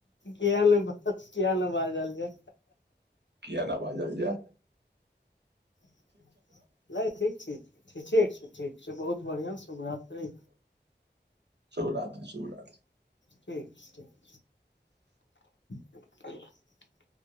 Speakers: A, on the left (about 80°); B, on the right (about 70°).
A: किया नै बात किया नै बाजल जे
B: किया ने बाजल जा
A: <inaudible> नै ठीक छै ठीक छै ठीक छै बहुत बढ़िआँ शुभरात्रि
B: शुभरात्रि शुभरात्रि
A: छै ठीक छै <inaudible>